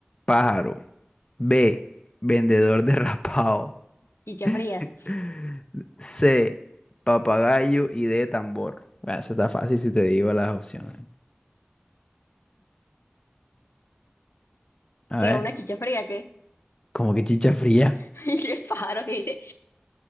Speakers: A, on the left; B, on the left.
A: Pájaro. B. Vendedor derrapado.
B: Chicha fría.
A: <laughs> C. Papagayo. Y D. Tambor. Bueno, eso está fácil si te digo las opciones. A
B: ¿Qué?
A: ver,
B: ¿Una chicha fría? ¿Qué?
A: como que chicha fría.
B: <laughs> ¿Qué pájaro que dice?